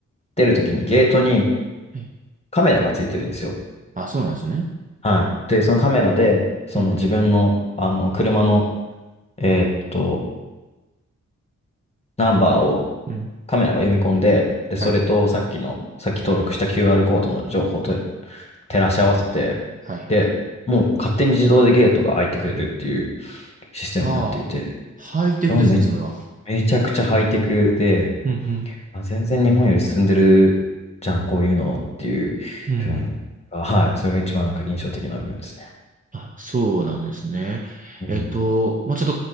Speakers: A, on the left; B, on the right.
A: 出る時にゲートに
B: はい。
A: カメラがついてるんですよ。
B: あ、そうなんですね。
A: はい。で、そのカメラで、その自分の、
B: うん、
A: あの、車の、えーっと、ナンバーを
B: うん、
A: カメラが読み込んで、で、それとさっきの、
B: はい、
A: さっき登録した QR コードの情報と照らし合わせて、
B: はい。
A: で、もう勝手に自動でゲートが開いてくれるっていうシステムになっていて、
B: はあ、ハイテクですね、
A: もうめ、
B: それは。
A: めちゃくちゃハイテクで、
B: うん、うん、
A: まあ、全然日本より進んでるじゃん、こういうのっていう部分が、
B: うん、うん。
A: はい、それが一番なんか印象的な部分ですね。
B: あ、そうなんですね。
A: うん。
B: えっと、まあ、ちょっ